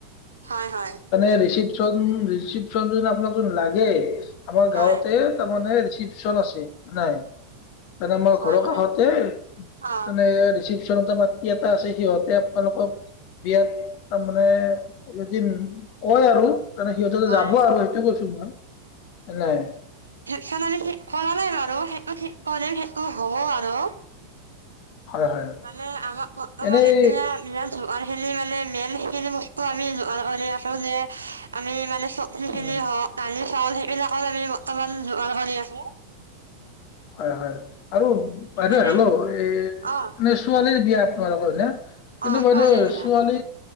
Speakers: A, on the right; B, on the left.
A: হয় হয়
B: আছোনেপ চিপ্যন যদি আপোনাকোন লাগে আমাৰ
A: হয়
B: গাঁৱতে মানেচপচন আছে নাই তে আমাৰ
A: হয়
B: ঘৰৰ
A: হয়
B: কাষতে
A: অ
B: তানে ৰিচিপ্যনটা মাত এটা আছে সিহঁতে আপোনালোকৰ বিয়াত তাৰ মমানে যদি কয় আৰু তাৰ সিহঁতে
A: হয়
B: যাব আৰু সেইটো কৈছো মই নাই
A: সালি ঠিক কৰা নাই বাৰু সেইটো ঠিক কৰিম সেইটো হ'ব বাৰু
B: হয় হয়
A: মানে আমাক বৰ্তমান
B: এনেই
A: এতিয়া য খেলি মানে বেলি স আমি আছো যে আমি মানে সপ পি
B: উম
A: নালি চাউল সেইবিলাকৰ আমি বৰ্তমান যোগাৰ কৰি আখো
B: হয় হয় আৰু বাইদেউ
A: এনেই
B: হেল্ল' এই
A: অঁ
B: নে ছোৱালীৰ বিয়া ত ক ন কিন্তু
A: অঁ
B: বাইদেউ
A: ছোৱালীৰ বিয়া
B: চুৱান